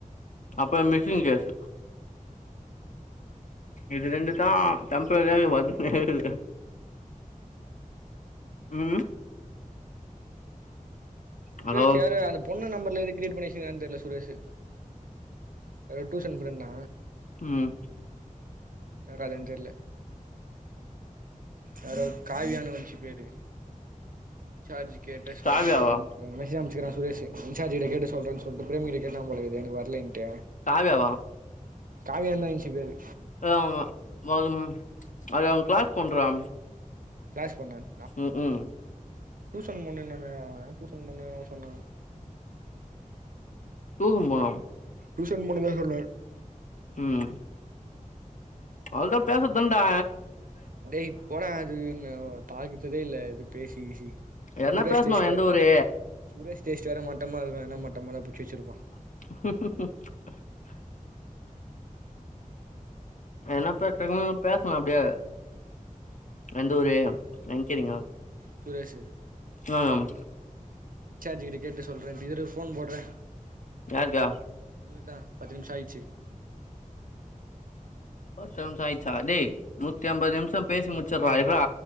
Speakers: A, on the left; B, on the right.
A: அப்பற மிஸ்ஸிங் கேஸ் இது ரெண்டுதா டெம்ப்ரவரியாவே வந்துனே இருக்கு ம்
B: சுரேஷ்
A: ஹலோ
B: யாரு அந்த பொண்ணு நம்பர்ல எதுக்கு கிரியேட் பண்ணிவச்சிருக்கான்னு தெரில சுரேஷ் யாரோ டூஷன் ஃப்ரெண்டா
A: ம்
B: என்ன கதன்னு தெர்ல யாரோ காவியானு வந்துச்சி பேரு இன்சார்ஜ் கேட்டு சொல்றான்னு
A: காவ்யாவா
B: மெசேஜ் அம்சிக்கிறா சுரேஷ் இஞ்சர்ஜ் கிட்ட கேட்டு சொல்றனு சொல்லிட்டு பிரேம் கிட்ட கேட்டா போலகுது எனக்கு வரலண்ட்டு
A: காவியா வா
B: கவியானுதா இருஞ்சி பேரு
A: எங்க அது அவங்க கிளாஸ் பொண்ணுரா
B: கிளாஸ் பொண்ணா
A: ம் ம்
B: டூஷன் பொண்ணுன்னானே அவ டூஷன் பொண்ணு என்வோ சொன்னா
A: டூஷன் பெண்ணா
B: டூஷன் பொண்ணுதா சொன்னா
A: ம் அவ்ளதா பேசற்தாண்டா
B: டேய் போட அது நா பாத்ததே இல்ல அது பேசி கிசி
A: எதனா
B: சுரேஷ்
A: பேசணு
B: டேஸ்ட்
A: எந்த
B: வே
A: ஒரு
B: சுரேஷ்டேஸ்ட் வேற மட்டமா வேணா மட்ட மா தான் புச்சி வச்சிருப்பா
A: <unintelligible> என்ன பேறக்க பேசலாம் அப்படியே எந்தஊரு எனங்க கேறீங்க
B: சுரேஷ்சு
A: ஆம்
B: இன்சார்ஜ் கிட்ட கேட்டு சொல்றேன்ட்டு இரு போன் போடுறே
A: யாருக்கா
B: உணுக்குதா பத்து நிமிஷம் ஆயிச்சு
A: பத்து நிமிஷம் ஆயிச்சா டே நூத்தி அம்பது நிமிஷம் பேசி முச்டுறா இர்ரா